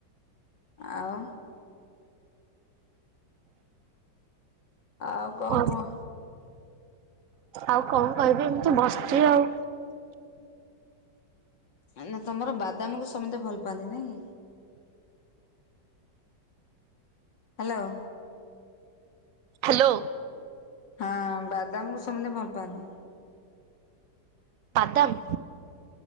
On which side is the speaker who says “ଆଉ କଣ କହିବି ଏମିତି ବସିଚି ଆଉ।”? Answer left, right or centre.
Right